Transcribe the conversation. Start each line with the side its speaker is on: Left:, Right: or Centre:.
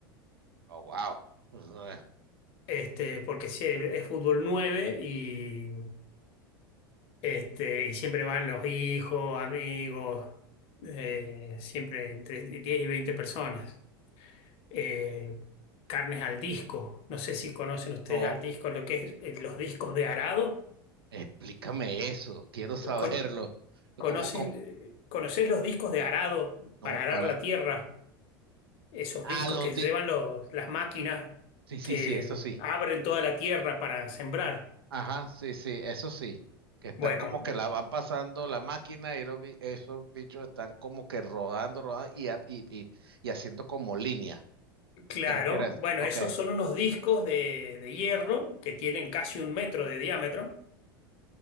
Right: oh, wow. <laughs>
Left: este, porque si es fútbol 9 y, este, y siempre van los hijos, amigos, eh, siempre entre 10 y 20 personas. Eh, carnes al disco, no sé si conocen ustedes
Right: No,
Left: al disco, lo que es eh, los discos de arado.
Right: explícame eso, quiero saberlo.
Left: Con, ¿Conoces,
Right: ¿Cómo, cómo?
Left: conoces los discos de arado
Right: No,
Left: para
Right: para.
Left: arar la tierra? Esos
Right: A
Left: discos
Right: los,
Left: que llevan los- las máquinas
Right: Sí, sí,
Left: que
Right: sí, eso sí.
Left: abren toda la tierra para sembrar.
Right: Ajá, sí, sí, eso sí. Que están
Left: Bueno,
Right: como que la van pasando la máquina y los bi- esos bichos están como que rodando, rodando y, ha- y, y, y haciendo como línea.
Left: claro,
Right: ¿Te refieres a eso?
Left: bueno,
Right: Ok.
Left: esos son unos discos de, de hierro que tienen casi un metro de diámetro